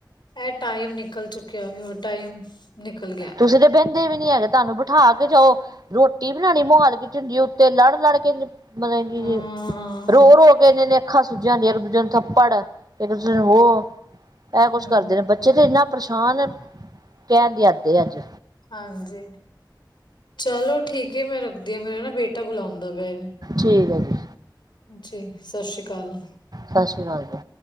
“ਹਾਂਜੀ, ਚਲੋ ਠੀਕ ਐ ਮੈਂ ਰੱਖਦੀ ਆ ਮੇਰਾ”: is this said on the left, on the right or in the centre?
Left